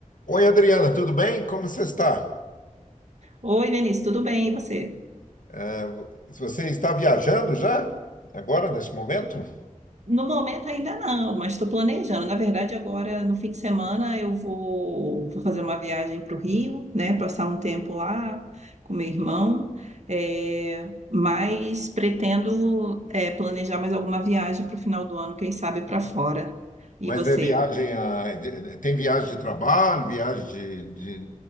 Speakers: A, on the left; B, on the right.
A: Oi, Adriana, tudo bem? Como você está?
B: Oi, Vinícius, tudo bem? E você?
A: É, você está viajando já? Agora, nesse momento?
B: No momento ainda não, mas estou planejando. Na verdade, agora no fim de semana eu vou, vou fazer uma viagem para o Rio, né? Passar um tempo lá com meu irmão, é, mas pretendo é, planejar mais alguma viagem para o final do ano, quem sabe para fora. E
A: Mas
B: você?
A: é viagem a- de- tem viagem de trabalho, viagem de, de-